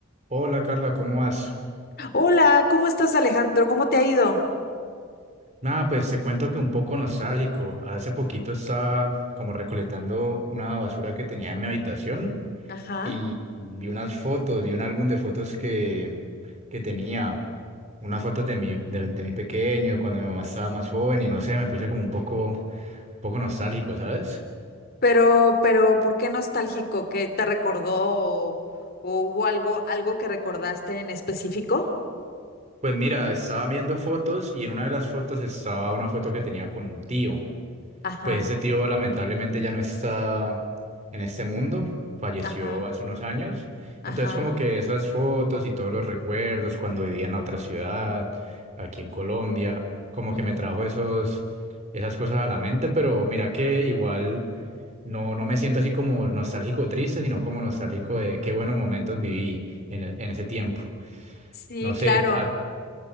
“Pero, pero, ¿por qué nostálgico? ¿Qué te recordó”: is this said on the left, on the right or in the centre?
Left